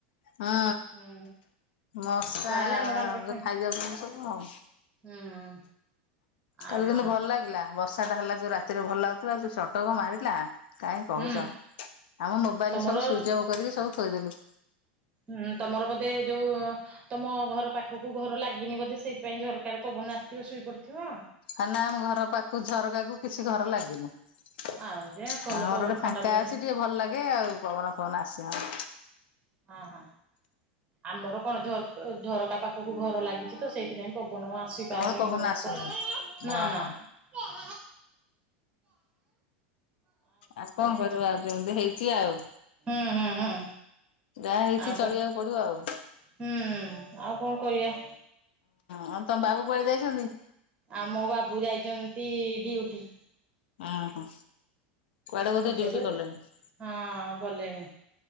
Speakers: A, on the left (about 80°); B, on the right (about 20°).
A: ହଁ
B: ହୁଁ
A: ମଶା
B: ହେଲେ ଆମ ମାନଙ୍କର ସାଙ୍ଗ
A: ଯଉ ଖାଇ ଯାଉଚନ୍ତି ସବୁ ଆଉ।
B: ହୁଁ
A: କାଲି
B: ଆଉ
A: କିନ୍ତୁ
B: କଣ
A: ଭଲ ଲାଗିଲା ବର୍ଷା ଟା ହେଲା ଯୋଉ ରାତିରେ ଭଲ ଲାଗୁଥିଲା ଯୋଉ ଚଡକ ମାରିଲା। କାଇଁ କହୁଚ
B: ହୁଁ
A: ଆମ ମୋବାଇଲ
B: ତମର
A: ସବୁ ସୁଇଚ ଅଫ୍ କରିକି ସବୁ ଥୋଇଦେଲୁ।
B: ହୁଁ ତମର ବୋଧେ ଯୋଉ ତମ ଘର ପାଖକୁ ଘର ଲାଗିନି ବୋଧେ ସେଥିପାଇଁ ଝରକା ରେ ପବନ ଫୋନ ଆସିଥିବ ଶୋଇପଡ଼ିଥିବ।
A: ଆ ନା ଆମ ଘର ପାଖକୁ ଝରକାକୁ କିଛି ଘର ଲାଗିନି। ଆମର
B: ଆଉ ଯେ ଭଲ ପବନ
A: ଗୋଟେ
B: ଥଣ୍ଡା
A: ଫାଙ୍କା
B: ପବନ
A: ଅଛି ଟିକେ ଭଲ ଲାଗେ ଆଉ ପବନ ଫବନ ଆସେ ହଁ।
B: ହଁ ହଁ। ଆମର କଣ ଝର ଝରକା ପାଖକୁ ଘର ଲାଗିଚି ତ ସେଇଥିପାଇଁ ପବ ନ ଆସି
A: ତମର
B: ପାରୁନି
A: ପବନ
B: ଝରକା
A: ଆସୁନାହିଁ।
B: ପଟେ ନା
A: ଓହୋ
B: ନା। ଉଁ।
A: ଆଉ କଣ କରିବୁ ଆଉ ଯେମିତି ହେଇଚି ଆଉ।
B: ହୁଁ ହୁଁ ହୁଁ
A: ଯାହା ହେଇଚି
B: ଆଉ କଣ
A: ଚଳିବାକୁ ପଡିବ ଆଉ।
B: ହୁଁ ଆଉ କଣ କରିବା।
A: ହଁ ତମ ବାବୁ କୁଆଡେ ଯାଇଚନ୍ତି?
B: ଆମୋ ବାବୁ ଯାଇଚନ୍ତି ଡିଉଟି।
A: ଓହୋ କୁଆଡେ ବଧେ
B: ଏବେ
A: ଡିଉଟି
B: ତ
A: କଲେଣି?
B: ହଁ ଗଲେଣି